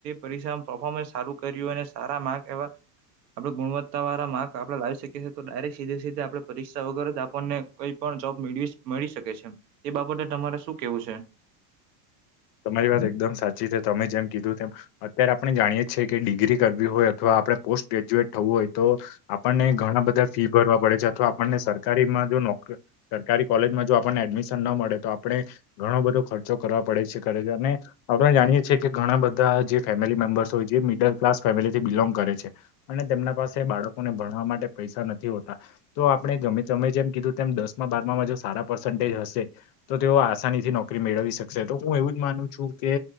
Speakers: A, on the right; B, on the left.
A: પરીક્ષા પરફોર્મન્સ સારું કર્યું અને સારા માર્ક આવ્યા. આપણે ગુણવત્તા વાળા માર્ક આપણે લાવી શકીએ છી તો ડાયરેક્ટ સીધે સીધે આપણે પરીક્ષા વગર જ આપણને કોઈ પણ જોબ. <unintelligible> મળી શકે છે એ બાબતે તમારે શું કેવું છે.
B: <unintelligible> તમારી વાત એકદમ સાચી છે તમે જેમ કીધું તેમ અત્યારે આપણે જાણીયે જ છે કે ડિગ્રી કરવી હોય અથવા. આપણે પોસ્ટ ગ્રેજ્યુએટ થવું હોય તો આપને ઘણા બધા ફી ભરવા પડે છે અથવા આપણને સરકારીમાં. <inaudible> સરકારી કોલેજમાં જો આપણને એડમિશન ના મળે તો આપણે ઘણો બધો ખર્ચો કરવા પડે છે. અને આપણે જાણીએ છએ કે ઘણા બધા જે ફેમિલી મેમ્બર્સ હોય જે મિડલ ક્લાસ ફેમિલીથી બિલોંગ કરે છે. <unintelligible> અને તેમના પાસે બાળકોને ભણાવવા માટે પૈસા નથી હોતા તો આપણે ગમે તમેં જેમ કધ. તેમ દસમાં બારમાં સારા પર્સન્ટેજ હશે તો તેઓ આસાની થી નોકરી મેળવી શકશે તો હું એવું. માનું છું કે